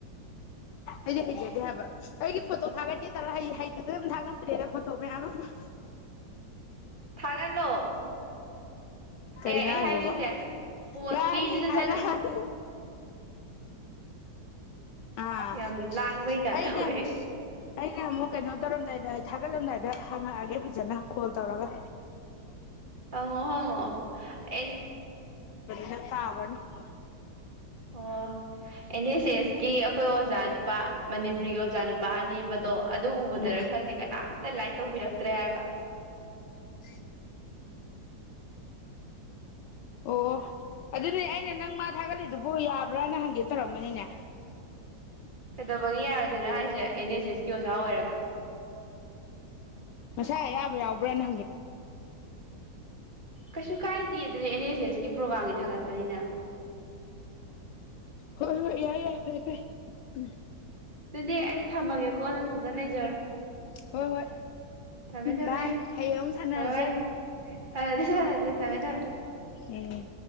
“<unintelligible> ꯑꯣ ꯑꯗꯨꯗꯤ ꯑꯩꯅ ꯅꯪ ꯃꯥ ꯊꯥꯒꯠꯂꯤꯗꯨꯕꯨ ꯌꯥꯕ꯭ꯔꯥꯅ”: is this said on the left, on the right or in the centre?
Left